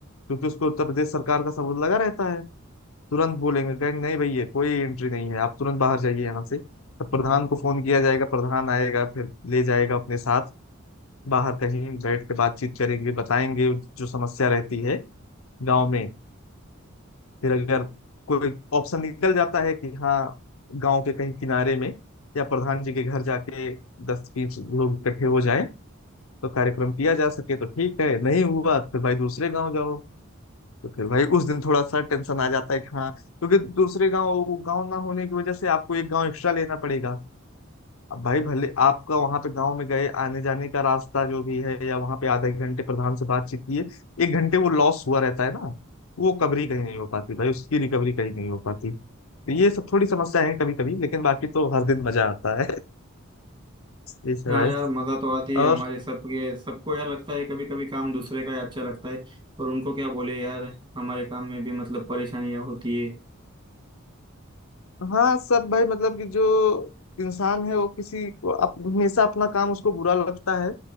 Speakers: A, on the left; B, on the right.
A: क्योंकि उसको उत्तर प्रदेश सरकार का सबूत लगा रहता है तुरंत बोलेंगे कहेंगे नहीं भैया कोई एंट्री नहीं है आप तुरंत बाहर जाइए यहाँ से तब प्रधान को फोन किया जाएगा प्रधान आएगा फिर ले जाएगा अपने साथ बाहर कहीं बैठ के बातचीत करेंगे बताएंगे जो समस्या रहती है गाँव में फिर अगर कोई ऑप्शन निकल जाता है कि हाँ गांव के कहीं किनारे में या प्रधान जी के घर जाके दस बीस लोग इकट्ठे हो जाएं तो कार्यक्रम किया जा सके तो ठीक है नहीं हुआ तो फिर भाई दूसरे गांव जाओ तो फिर भाई उस दिन थोड़ा सा टेंशन आ जाता है कि हाँ क्योंकि दूसरे गांव गांव ना होने की वजह से आपको एक गांव एक्स्ट्रा लेना पड़ेगा अब भाई भले आपका वहां पे गांव में गए आने जाने का रास्ता जो भी है या वहां पे आधे घंटे प्रधान से बातचीत किए एक घंटे वो लॉस हुआ रहता है ना वो कवरी कहीं नहीं हो पाती भाई उसकी रिकवरी कहीं नहीं हो पाती ये सब थोड़ी समस्या है कभी कभी लेकिन बाकी तो हर दिन मजा आता है ये सब
B: हाँ
A: है
B: यार मजा तो आती है
A: और
B: हमारे सबके सबको यार लगता है कभी कभी काम दूसरे का ही अच्छा लगता है और उनको क्या बोले यार हमारे काम में भी मतलब परेशानियां होती है
A: हाँ सब भाई मतलब कि जो इंसान है वो किसी को अप, हमेशा अपना काम उसको बुरा लगता है